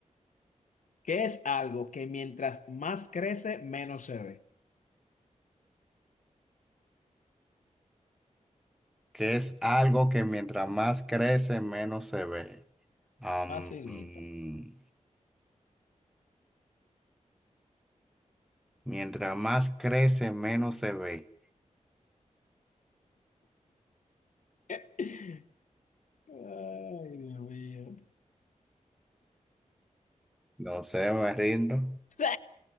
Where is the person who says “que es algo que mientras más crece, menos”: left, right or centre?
Centre